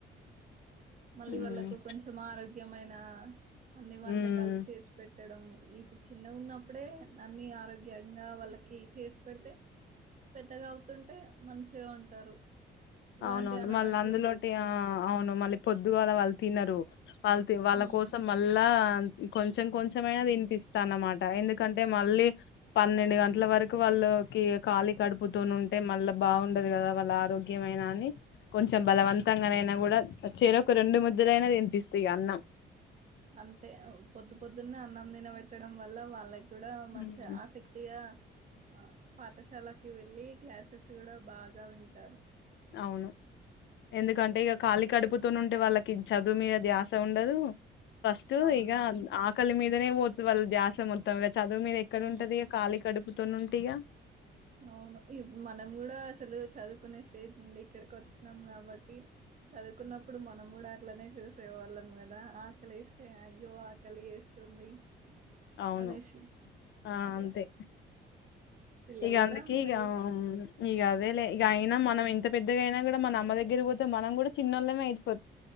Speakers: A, on the right; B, on the left.
A: మళ్ళీ
B: ఉమ్
A: వాళ్ళకు కొంచెం ఆరోగ్ ఏమైనా అన్ని వంటకాలు
B: ఉమ్.
A: చేసి పెట్ పెట్టడం ఇప్పుడు చిన్నగా ఉన్నప్పుడే అన్ని ఆరోగ్యంగా వాళ్ళకి చేసి పెడితే, పెద్దగా అవుతుంటే మంచిగుంటరు. ఇలాంటి
B: అవునవును
A: అనారోగ్యం
B: మళ్ళీ అందులోటి
A: లేకుండా
B: ఆ అవును మళ్ళీ పొద్దుగాలా వాళ్ళు తినరు వాళ్ళ తి వాళ్ళ
A: ఉమ్
B: కోసం మళ్ళా కొంచెం కొంచమైనా తినిపిస్తా అన్నమాట ఎందుకంటే మళ్ళీ పన్నెండు గంటల వరకు వాళ్ళకి కాళీ కడుపుతూ ఉంటే మళ్ళా బాగుండదు కదా వాళ్ళ ఆరో ఏమైనా అని కొంచెం బలవంతంగానైనా కూడా చేరోక రెండు ముద్దలైనా తినిపిస్తా ఇగ అన్నం
A: అంతే పొద్దు పొద్దున్న అన్నం తినబెట్టడం వల్ల వాళ్ళక్ కూడా మంచి
B: ఉమ్,
A: ఆసక్తిగా ఆ పాఠశాలకి వెళ్ళి క్లాసెస్ కూడా బాగా వింటారు
B: అవును ఎందుకంటే ఇక కాలీ కడుపు తోని ఉంటే వాళ్ళకి చదువు మీద అది ఆశ ఉండదు, ఫస్ట్
A: అవునవును
B: ఇగ ఆకలి మీద ద పోతు వాల్ల ధ్యాస మొత్తం చదువు మీద ఎక్కడ
A: ఉమ్
B: ఉంటది కాళి కడుపు తొన్నంటిగా
A: అవును మనం కూడా అసలు చదువుకునే స్టేజ్ నుండి ఇక్కడికి వచ్చినము కాబట్టి చదువుకున్నప్పుడు మనం కూడా అట్లనే చూసే వాళ్ళం కదా ఆకలి ఎస్తే అయ్యో ఆకలి వేస్తుంది
B: అవును
A: అనేసి
B: ఆ
A: అట్లా
B: అంతే
A: పిల్లలు
B: ఇగ
A: కూడా
B: అందుకె
A: అంతే
B: ఈగా
A: ఇగ
B: ఇ అదేలే ఇక అయినా మనం ఎంత పెద్దగా అయినా కూడా మన అమ్మ దగ్గరికి పోతే మనం కూడా చిన్నళ్ళమే అయిపో